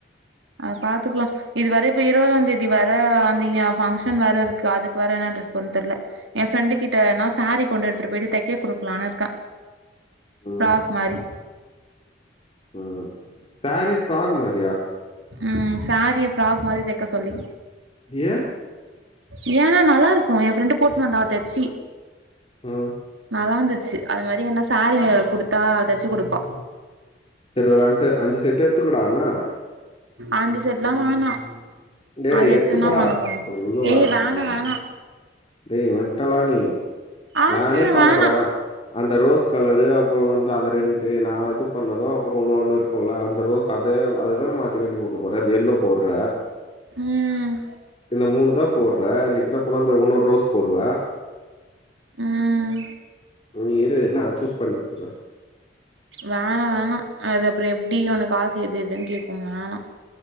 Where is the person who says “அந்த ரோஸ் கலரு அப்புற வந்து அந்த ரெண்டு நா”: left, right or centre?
Left